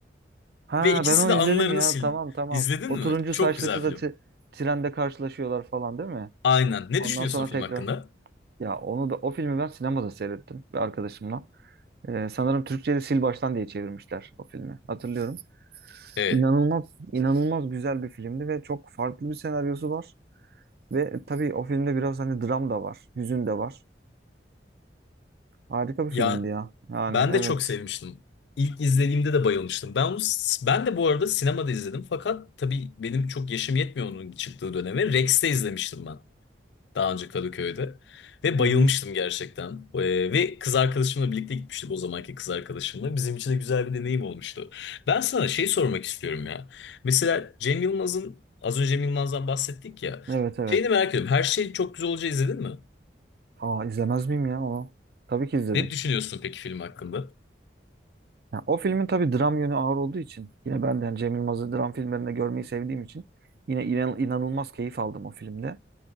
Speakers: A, on the right; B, on the left.
A: Ha
B: Ve ikisi
A: ben onu
B: de anılarını
A: izledim ya.
B: sil.
A: Tamam tamam.
B: İzledin
A: O
B: mi?
A: turuncu
B: Çok
A: saçlı
B: güzel
A: kızla
B: film.
A: ti- trende karşılaşıyorlar falan değil mi?
B: Aynen. Ne
A: Ondan
B: düşünüyorsun
A: sonra
B: o film
A: tekrar.
B: hakkında?
A: Ya onu da o filmi ben sinemada seyrettim bir arkadaşımla. Ee, sanırım Türkçe'de Sil Baştan diye çevirmişler o filmi. Hatırlıyorum.
B: Evet.
A: İnanılmaz inanılmaz güzel bir filmdi ve çok farklı bir senaryosu var. Ve tabii o filmde biraz hani dram da var, hüzün de var. Harika bir
B: Ya
A: filmdi ya. Yani
B: Ben de
A: evet.
B: çok sevmiştim. İlk izlediğimde de bayılmıştım. Ben onu, ben de bu arada sinemada izledim. Fakat tabii benim çok yaşım yetmiyor onun çıktığı döneme. Rex'te izlemiştim ben. Daha önce Kadıköy'de. Ve
A: Hı
B: bayılmıştım
A: hı.
B: gerçekten. Ee, ve kız arkadaşımla birlikte gitmiştik o zamanki kız arkadaşımla. Bizim için de güzel bir deneyim olmuştu. Ben sana şey sormak istiyorum ya. Mesela Cem Yılmaz'ın, az önce Cem Yılmaz'dan bahsettik ya.
A: Evet evet.
B: Şeyini merak ediyorum. Her şey çok güzel olacağı izledin mi?
A: Aa izlemez miyim ya onu? Tabii ki izledim.
B: Ne düşünüyorsun peki film hakkında?
A: Ya, o filmin tabii dram yönü ağır olduğu için yine ben de yani Cem Yılmaz'ı dram filmlerinde görmeyi sevdiğim için yine inan- inanılmaz keyif aldım o filmde.